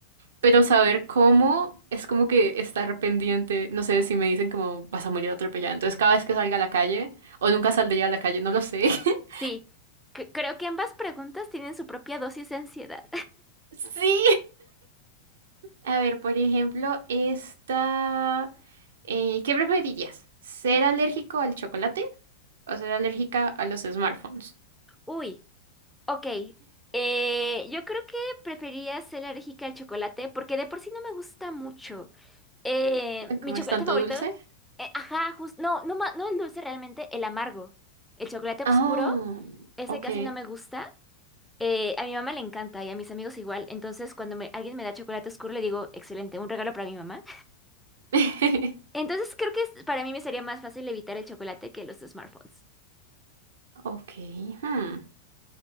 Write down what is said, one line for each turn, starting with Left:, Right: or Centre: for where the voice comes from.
Right: pero saber cómo es como que estar pendiente, no sé si me dicen como vas a morir atropellada, entonces cada vez que salga a la calle, o nunca saldría a la calle, no lo sé. <laughs>
Centre: Sí, c- creo que ambas preguntas tienen su propia dosis de ansiedad.
Right: Sí. A ver, por ejemplo, esta, eh, ¿qué preferirías? ¿Ser alérgico al chocolate o ser alérgica a los smartphones?
Centre: <laughs> Uy, ok. Eh, yo creo que prefería ser alérgica al chocolate porque de por sí no me gusta mucho. Eh,
Right: <laughs> Como
Centre: mi chocolate
Right: es tanto
Centre: favorito.
Right: dulce?
Centre: eh, ajá, justo. No, no, ma- no el dulce realmente, el amargo. El chocolate oscuro,
Right: Ah,
Centre: ese
Right: ok.
Centre: casi no me gusta. Eh, a mi mamá le encanta y a mis amigos igual. Entonces, cuando me- alguien me da chocolate oscuro, le digo, excelente, un regalo para mi mamá.
Right: <laughs>
Centre: Entonces, creo que es- para mí me sería más fácil evitar el chocolate que los smartphones.
Right: Ok. hmm.